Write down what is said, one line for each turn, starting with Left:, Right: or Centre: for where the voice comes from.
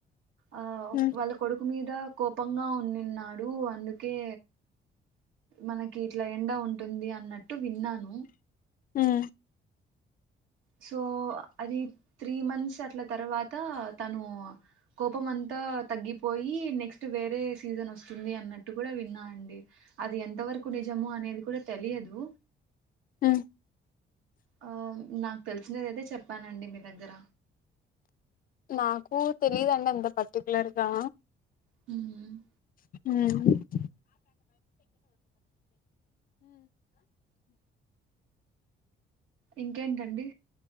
Right: ఆ
Left: ఉమ్,
Right: వాళ్ళ కొడుకు మీద కోపంగా ఉండిన్న డు అందుకే మనకి ఇట్లా ఎండ ఉంటుంది అన్నట్టు విన్నాను
Left: ఉమ్,
Right: సో అది త్రీ మంత్స్ అట్ల తర్వాత తను కోపం అంతా తగ్గిపోయి నెక్స్ట్ వేరే సీజన్ వస్తుంది అన్నట్టు కూడా విన్నా అండి అది ఎం తవరకు నిజము అనేది కూడా తెలియదు
Left: ఆ
Right: ఆ నాకు తెలిసినదయితే చెప్పానండి మీ దగ్గర
Left: నాకు తెలిదండి అంత పర్టికులర్గా
Right: మ్
Left: మ్ ఉమ్
Right: ఇంకేంటండి